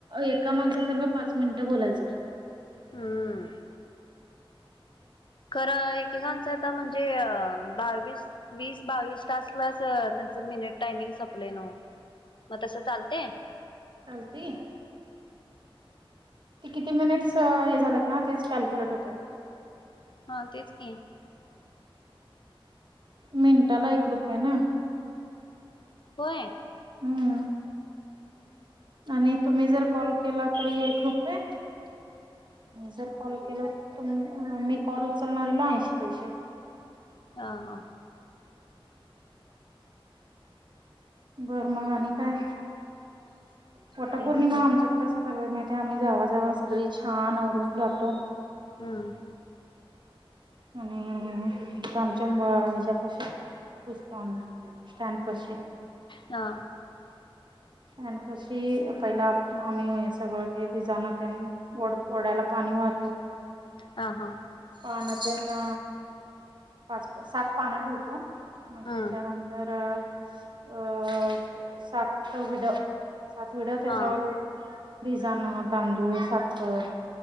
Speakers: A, on the right; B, on the left.
A: एका माणसासग पाच मिनिट बोलायच
B: हम्म खरं एकेकांचं आता म्हणजे बावीस वीस बावीस तासला मिनिट टाइमिंग संपले न मग तसं चालते
A: चालते किती मिनिट झा ना तेच कल्क्युलेट होत
B: हा तेच की
A: मिनटाला एक रुपये ना
B: होय
A: हम्म आणि तुम्ही जर कॉल केला तरी एक रुपये जर कॉल केल तुम मी कॉल उचलणार ना ऐशी पैसे
B: हां हां
A: बरं मग आणि काय पटपौर्णिमा
B: काही नाही बघ
A: आमच्यात कस करतात माहिे आम्ही जावा जावा सगळी छान आवरून जातो
B: हम्म
A: आणि आमच्या हच्या पशी पूसतो आम्ही स्टॅड पाशी
B: हा
A: अ पशी पहिला आम् सगळं ते भिजण वड्याला पाणी महतो
B: ह हा
A: पाण्या त्यांना पाच सात पानं ठेवतो मग
B: हम्म
A: त्याच्यानंतर अ सात विड सात विड त्याच्यावर
B: हा
A: बिजना तांदूळ साखर